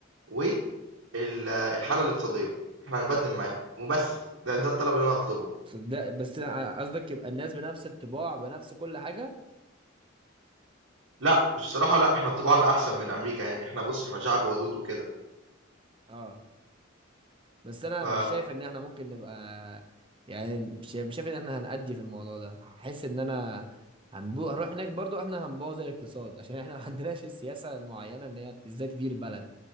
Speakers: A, on the right; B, on the right.
A: والحالة الاقتصادية احنا هنبدل معاهم وبس ده ده الطلب اللي انا هطلبه
B: صدق بس أنا- قصدك يبقى الناس بنفس الطباع بنفس كل حاجة
A: لا بصراحة لا احنا طباعنا احسن من امريكا يعني احنا بص احنا شعب ودود وكده
B: اه بس انا
A: ف
B: مش شايف ان احنا ممكن نبقى يعني مش مش شايف ان احنا هنأدي في الموضوع ده هحس ان انا هنبو... هنروح هناك برضو احنا هنبوظ الاقتصاد عشان احنا <laughs> ما عندناش السياسة المعينة ان هي ازاي تدير بلد